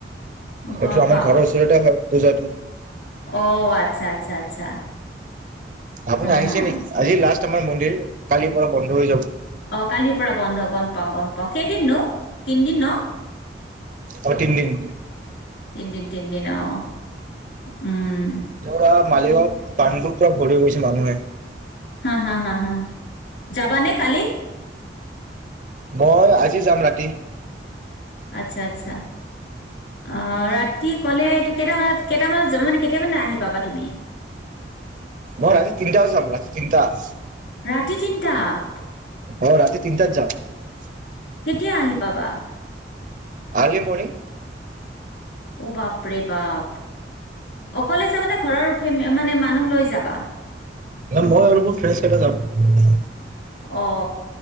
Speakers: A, on the left; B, on the right.
A: গম
B: এটো আমাৰ
A: পাওঁ
B: ঘৰৰ ওচৰতে হয় পূজাটো
A: অ আচ্ছা আচ্ছা আচ্ছা
B: আপুনি
A: হা
B: আহিছে
A: হা
B: নেকি আজি লাষ্ট। আমাৰ মন্দিৰ কালিৰ পৰা বন্ধ হৈ যাব।
A: অ কালিৰ পৰা বন্ধ গম পাওঁ গম পাওঁ কেইদিননো তিনদিন ন
B: অ তিন দিন
A: তিনদিন তিনদিন অ উম
B: পৰা মালিগাঁও পাণ্ডু চব ঘূৰি গৈছে মানুহে।
A: হা হা হা যাবা নে কালি?
B: মই আজি যাম ৰাতি।
A: আটচ্ছা আটচ্ছা আহ ৰাতি কলে কেইটাবাজ কেইটামানত যাবা নেকি কেইটামানে আহি পাবা তুমি?
B: মই ৰাতি তিনটাত যাম ৰাতি তিনটাত।
A: ৰাতি তিনটাত
B: অ ৰাতি তিনটাত যাম।
A: কেতিয়া আহি পাবা?
B: Early morning.
A: অ বাপ ৰে বাপ অকলে যাবা নে ঘৰৰ ফেমে মানে মানুহ লৈ যাবা।
B: মই আৰু মোৰ ফ্ৰেইছ কেতা যাম।
A: অ।